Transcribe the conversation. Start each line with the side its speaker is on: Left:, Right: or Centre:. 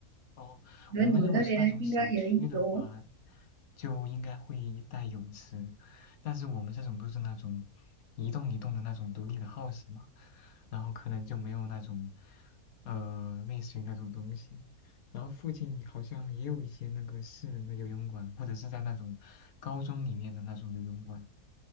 Left: 哦，
Right: 我觉得你们那边应该也有
Left: 我们如果是那种小区的话，就应该会带泳池，但是我们这种都是那种一栋一栋的那种独立的 house 嘛，然后可能就没有那种呃类似于那种东西。然后附近好像也有一些那个私人的游泳馆，或者是在那种高中里面的那种游泳馆，